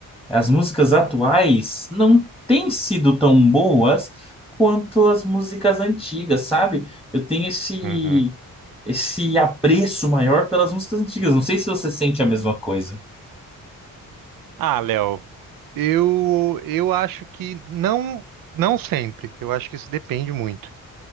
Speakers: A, in the centre; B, on the right (about 75°).
A: as músicas atuais não têm sido tão boas quanto as músicas antigas, sabe? Eu tenho esse
B: uhum.
A: esse apreço maior pelas músicas antigas. Não sei se você sente a mesma coisa.
B: Ah, Léo, eu, eu acho que não, não sempre. Eu acho que isso depende muito.